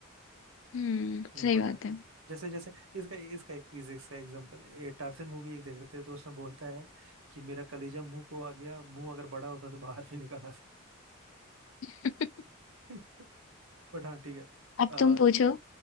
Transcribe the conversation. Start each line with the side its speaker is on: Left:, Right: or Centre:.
Left: हम्म सही
Right: बॉलीवुड
Left: बात है
Right: जैसे जैसे इसका इसका एक प्लीज इसका एग्जांपल ये टार्जन मूवी एक देख रहे थे तो उसमें बोलता है कि मेरा कलेजा मुंह को आ गया मुंह अगर बड़ा होता तो बाहर भी निकल आता
Left: <laughs>
Right: <laughs> बट हाँ ठीक है
Left: अब
Right: अ,
Left: तुम पूछो